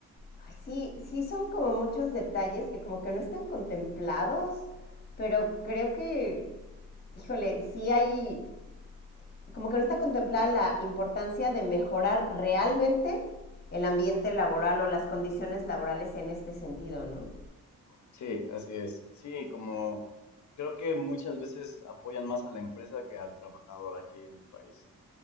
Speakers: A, on the left; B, on the left.
A: ay, sí, sí son como muchos detalles que como que no están contemplados, pero creo que híjole, sí hay, como que no está contemplada la importancia de mejorar realmente el ambiente laboral o las condiciones laborales en este sentido, ¿no?
B: Sí, así es. Sí, como creo que muchas veces apoyan más a la empresa que al trabajador aquí en el país.